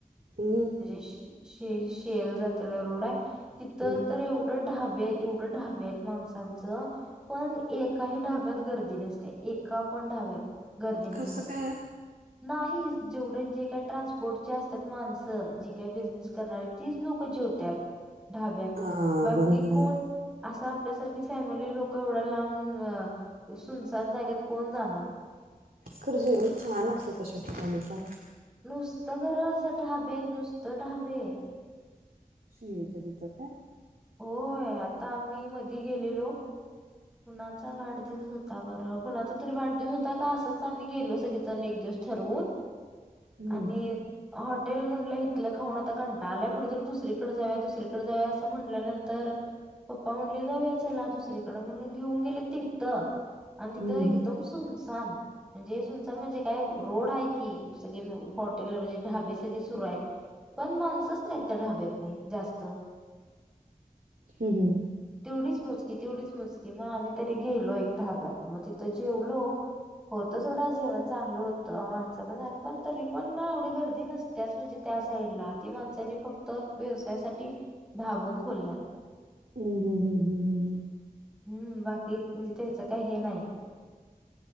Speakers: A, on the right; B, in the centre.
A: <inaudible>
B: शी शे शेल जातला रोड आहे तिथ
A: हं.
B: तर येव ढ ढाबे आहेत एवढं ढाबे आहेत माणसांचं पण एकाही ढाब्यात गर्दी नसते एक का पण धाब्यात गर्दी नसत्या.
A: कसं काय
B: नाही जेवढे जे काय ट्रान्सपोर्टचे असतात माणसं जे काही बिझनेस करणारी तीच लोक जेवतात धाब्यात
A: हां,
B: बाकी
A: बरोबर
B: कोण
A: आहे.
B: असं आपल्यासारखी फॅमिली लोक एवढ्या लांब सुनसान जागत कोण जाणार?
A: खरं जेवण छान असत तश ठिकाणी पण.
B: नुसतं घरा ढाबेत नुसतं ढाबे हे.
A: शिर्डीच्या तिथं काय?
B: होय आता आम्ही मधी गेलेलो कुणाचा वाढदिवस होता बरं कुणाचा तरी वाढदिवस होता का असच आम्ही गेलो सगळेच अने एक दिवस ठरवून
A: हं,
B: आणि हॉटेल म्हटलं इथलं खाऊन आता कंटाळा आलाय कुठेतरी दुसरीकडे जाव्या दुसरीकडे जा्या असं म्हण म्हल्यानंतर पप्पा म्हणले जाऊया चला दुसरीकडं म्हणून घेऊन गेले तिथत. आणि तिथं
A: हं,
B: एक दुमसम सन. म्हणजे सुनसान म्हणजे काय रोड आहे की सगळे म हॉटेल म्हणजे ढाबे सगळे सुरू आहेत. पण माणसच नाही त्या ढाब्यात नाही जास्त.
A: हम्म हम्म.
B: तेवढीच मुजकी तेवढीच मुजकी मग आम्ही तरी गेलो एक धाब्यात मग तिथं जेवलो. होत थोडा जेवण चांगल होतं माणसं पण चांगली तरी पण ना आवडी गर्दी नसते. त्याच म्हणजे त्या साईडला ती माणसनी फक्त व्यवसाया साठी धाब खोलल्यात.
A: हम् हम हम हम. हम्म हम्म.
B: हम्म बाकी म्हणजे त्याचं काही हे नाही.